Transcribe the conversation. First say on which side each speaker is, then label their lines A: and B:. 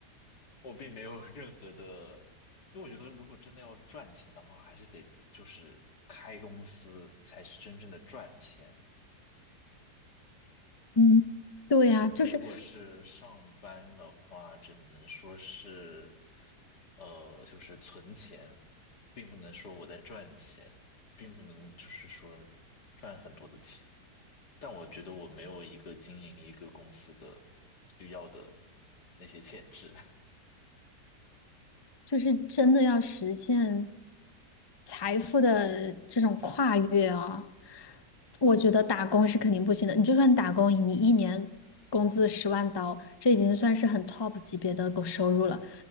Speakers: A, on the left; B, on the left.
A: 我并没有任何的，因为我觉得如果真的要赚钱的话，还是得就是开公司才是真正的赚钱。
B: 嗯。对呀，
A: 我觉得如果是上班的话，
B: 就是
A: 只能说是，呃，就是存钱，并不能说我在赚钱，并不能就是说赚很多的钱。但我觉得我没有一个经营一个公司的需要的那些潜质。
B: 就是真的要实现财富的这种跨越啊，我觉得打工是肯定不行的。你就算打工，你一年工资十万刀，这已经算是很 top 级别的狗收入了。